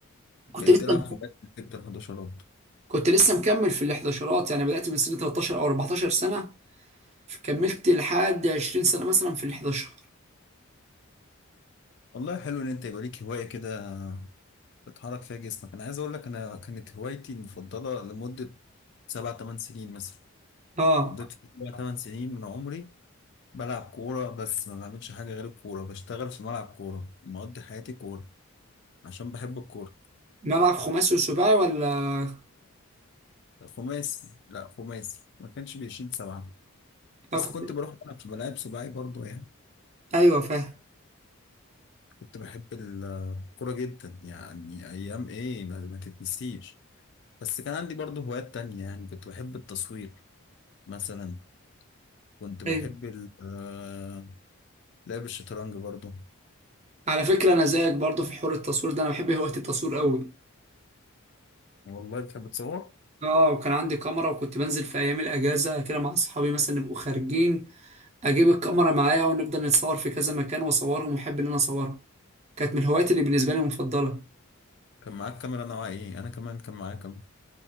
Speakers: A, on the right (about 30°); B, on the left (about 50°).
A: كنت
B: بقيت
A: لسه
B: تلعب خماسي في ال 11
A: كنت لسه مكمل في ال 11 يعني بدأت من سن 13 أو 14 سنة كملت لحد 20 سنة مثلا في ال 11
B: والله حلو ان انت يبقى ليك هوايه كده بتحرك فيها جسمك انا عايز اقول لك انا كانت هوايتي المفضله لمده سبع ثمان سنين مثلا
A: اه
B: قضيت في سبع ثمان سنين من عمري بلعب كوره بس ما بعملش حاجه غير الكوره بشتغل في ملعب كوره مقضي حياتي كوره عشان بحب الكوره
A: ملعب خماسي وسباعي ولا
B: خماسي لا خماسي ما كانش بيشيل سبعه
A: كوكب؟
B: بس كنت بروح العب في ملاعب سباعي برضه يعني
A: ايوه فاهم
B: كنت بحب الكوره جدا يعني ايام ايه ما, ما تتنسيش بس كان عندي برضه هوايات تانية يعني كنت بحب التصوير مثلا كنت بحب
A: ايوه
B: ال- آه، لعب الشطرنج برضو
A: على فكره انا زيك برضه في حوار التصوير ده انا بحب هوايه التصوير قوي
B: والله بتحب تصور
A: اه وكان عندي كاميرا وكنت بنزل في ايام الاجازه كده مع اصحابي مثلا نبقوا خارجين اجيب الكاميرا معايا ونفضل نتصور في كذا مكان واصورهم واحب ان انا اصورهم كانت من الهوايات اللي بالنسبه لي مفضله
B: كان معاك كاميرا نوعها ايه انا كمان كان معايا كاميرا